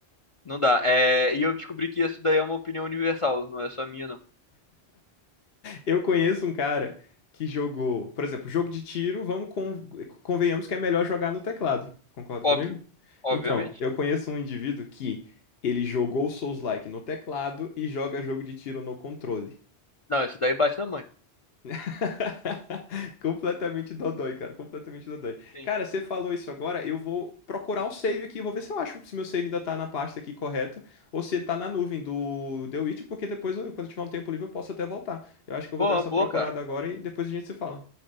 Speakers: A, on the left; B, on the left.
A: não dá. É, e eu descobri que isso daí é uma opinião universal, não é só minha, não.
B: Eu conheço um cara que jogou, por exemplo, jogo de tiro, vamos con- convenhamos que é melhor jogar no teclado. Concorda
A: Óbvio,
B: comigo?
A: obviamente.
B: Então, eu conheço um indivíduo que ele jogou Souls-like no teclado e joga jogo de tiro no controle.
A: Não, isso daí bate na mãe.
B: <laughs> Completamente dodói, cara, completamente dodói.
A: Sim.
B: Cara, você falou isso agora, eu vou procurar um save aqui, eu vou ver se eu acho se meu save ainda tá na pasta aqui correta ou se ele tá na nuvem do The Witch, porque depois, eu- quando eu tiver um tempo livre, eu posso até voltar. Eu acho que eu
A: Pô,
B: vou dar
A: uma
B: essa
A: boa,
B: procurada
A: cara.
B: agora e depois a gente se fala.